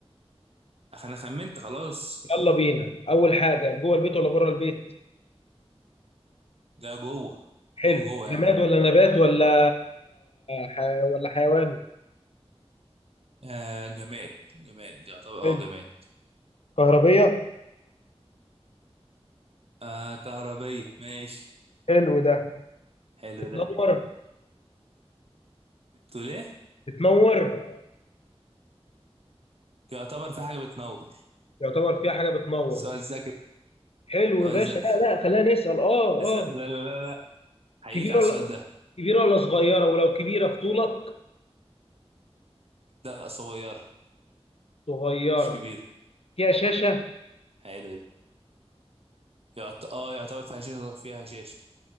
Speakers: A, on the right; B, on the left.
A: أخ- انا خمنت خلاص
B: يلا بينا اول حاجه جوه البيت ولا بره البيت
A: ده جوه
B: حلو
A: جوه جوه
B: جماد
A: يعني
B: ولا نبات ولا ح... ولا حيوان
A: آه جماد جماد يعتبر اه
B: حلو
A: جماد
B: كهربيه
A: آه كهربية ماشي
B: حلو ده
A: حلو
B: بتنور
A: ده تقول ايه
B: بتنور
A: يعتبر في حاجه بتنور
B: يعتبر فيها حاجه بتنور
A: سؤال ذكي
B: حلو
A: سؤال
B: يا باشا
A: ذكي
B: لا لا خلينا نسال اه
A: بس-
B: اه
A: لا لا لا لا هيجيك
B: كبيره
A: على السؤال
B: ولا
A: ده
B: كبيره ولا صغيره ولو كبيره في طولك
A: لا صغيره
B: صغيره
A: مش كبيره
B: فيها شاشه
A: حلو ده يعت... اه يعتبر فيها شاشه فيها شاشه